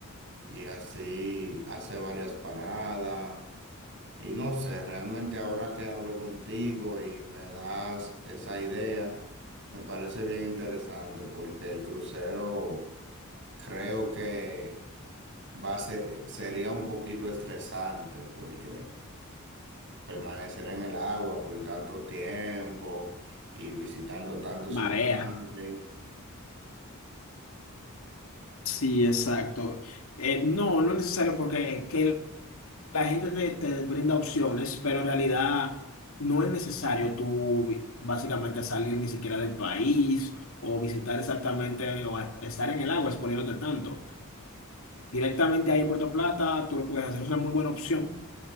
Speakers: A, on the right; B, on the left.
A: y así hace varias paradas. Y no sé, realmente ahora que hablo contigo y me das esa idea, me parece bien interesante porque el crucero creo que va a ser- sería un poquito estresante porque permanecer en el agua por tanto tiempo y visitando tantos
B: Marea.
A: lugares.
B: Sí, exacto. Eh, no, no es necesario porque que La gente te, te brinda opciones, pero en realidad no es necesario tú vi- básicamente salir ni siquiera del país o visitar exactamente o a- estar en el agua exponiéndote tanto. Directamente ahí en Puerto Plata, tú lo puedes hacer, es una muy buena opción.